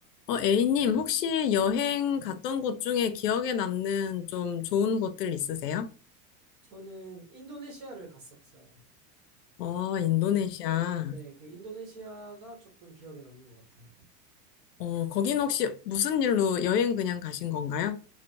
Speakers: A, on the left (about 75°); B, on the right (about 25°).
A: 어, A님, 혹시 여행 갔던 곳 중에 기억에 남는 좀 좋은 곳들 있으세요?
B: 저는 인도네시아를 갔었어요.
A: 어, 인도네시아.
B: 그, 네, 그 인도네시아가 조금 기억에 남는 것 같아요.
A: 어, 거긴 혹시 무슨 일로 여행 그냥 가신 건가요?